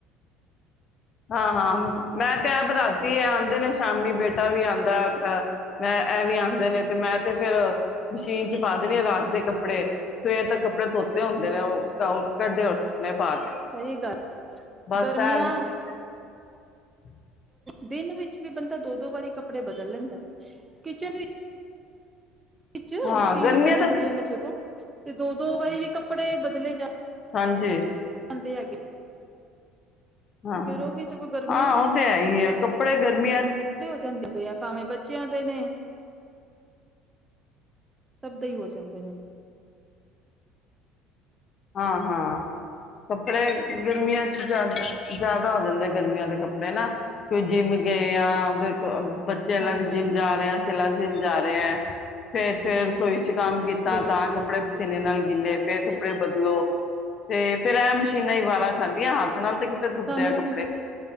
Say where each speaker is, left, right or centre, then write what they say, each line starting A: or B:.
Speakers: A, on the left; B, on the right.
A: ਹਾਂ ਹਾਂ ਮੈਂ ਤੇ ਆਪ ਰਾਤੀ ਆਉਂਦੇ ਨੇ ਸ਼ਾਮੀ ਬੇਟਾ ਵੀ ਆਉਂਦਾ ਅਹ ਮੈਂ ਇਹ ਵੀ ਆਉਂਦੇ ਨੇ ਤੇ ਮੈਂ ਤੇ ਫੇਿਰ ਮਸ਼ੀਨ ਚ ਪਾ ਦੇਣੀ ਆ ਰਾਤ ਦੇ ਕੱਪੜੇ ਸਵੇਰ ਤੋਂ ਕੱਪੜੇ ਧੋਤੇ ਹੁੰਦੇ ਨੇ ਕੱਢੇ ਉੱਠਣੇ ਪਾ ਤੇ
B: ਸਹੀ ਗੱਲ
A: ਬਸ
B: ਗਰਮੀਆਂ
A: ਐ। <unintelligible>
B: ਦਿਨ ਵਿੱਚ ਵੀ ਬੰਦਾ ਤਾਂ ਦੋ ਦੋ ਵਾਰੀ ਕੱਪੜੇ ਬਦਲ ਲੈਂਦਾ ਕਿਚਨ ਵਿੱਚ
A: ਹਾਂ
B: ਪਸਿੰਨ
A: ਗਰਮੀਆਂ
B: ਹੋ
A: ਤਾਂ
B: ਜਾਂਦੀਆਂ ਨੇ ਜਦੋਂ ਤੇ ਦੋ ਦੋ ਵਾਰੀ ਵੀ ਕੱਪੜੇ ਬਦਲੇ ਜਾ
A: ਹਾਂਜੀ
B: ਜਾਂਦੇ ਹੈਗੇ
A: ਹਾਂ
B: ਫੇਰ
A: ਹਾਂ
B: ਉਹ ਵੀ ਸਗੋਂ ਗਰਮੀਆਂ
A: ਹਾਂ ਉਹ ਤੇ ਹੈ ਹੀ ਹੈ ਕਪੜੇ ਗਰਮੀ
B: ਖੜੇ ਹੋ ਜਾਂਦੇ ਪ ਆ ਭਾਵੇਂ ਬੱਚਿਆਂ ਦੇ ਨੇ ਸਭ ਦੇ ਹੀ ਹੋ ਜਾਂਦੇ ਨੇ
A: ਹਾਂ ਹਾਂ ਕੱਪੜੇ ਗਰਮੀਆਂ ਚ ਜਿਆਦਾ ਜ਼ਿਆਦਾ ਹੋ ਜਾਂਦੇ ਗਰਮੀਆਂ ਦੇ ਕੱਪੜੇ ਨਾ ਕੋਈ ਜਿੰਮ ਗਏ ਆ ਬੱਚੇ ਅਲੱਗ
B: ਹਾਂਜੀ
A: ਜਿੰਮ
B: ਹਾਂ
A: ਜਾ ਰਹੇ ਹੈ ਅਸੀਂ ਅਲੱਗ ਜਿੰਮ ਜਾ ਰਹੇ ਹ ਫ ਫ ਰਸੋਈ ਚ ਕੰਮ ਕੀਤਾ
B: ਬਿਲਕੁਲ
A: ਤਾਂ
B: ਬਿਲਕੁਲ
A: ਕੱਪੜੇ ਪਸੀਨੇ ਨਾਲ ਗਿੱਲੇ ਫੇਰ ਕੱਪੜੇ
B: ਬਿਲਕੁਲ
A: ਲੋ ਤੇ ਫੇਰ ਐ ਮਸ਼ੀਨਾਂ ਹੀ ਵਾਰਾਂ ਖਾਂਦ ਦੀਐ ਹਾੱਥ ਨਾਲ ਤੇ ਕਿਤੇ
B: ਤੁਹਾਨੂੰ
A: ਧੁੱਪਦੇ ਐ ਕੱਪੜੇ।
B: ਤੇ